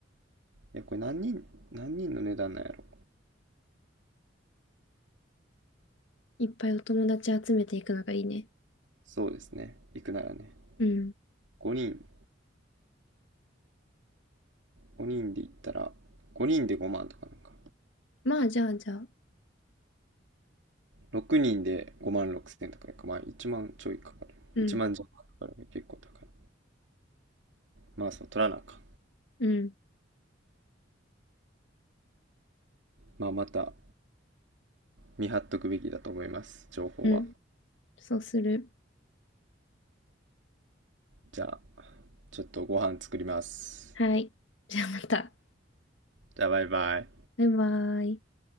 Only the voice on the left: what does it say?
いっぱいお友達集めていくのがいいね。
うん。
まあ、じゃあ、じゃあ。
うん、
うん、
うん。そうする。
はい。じゃあまた。
バイバイ。